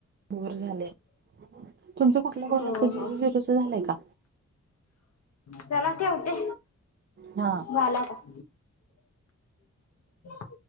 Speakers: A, on the right; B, on the left.
A: बोर झाले तुमचं कुठला कोल
B: हो
A: अस जेरू
B: हो
A: जिरूच झालंय का?
B: चला ठेवते
A: हा
B: झाला आता. <unintelligible>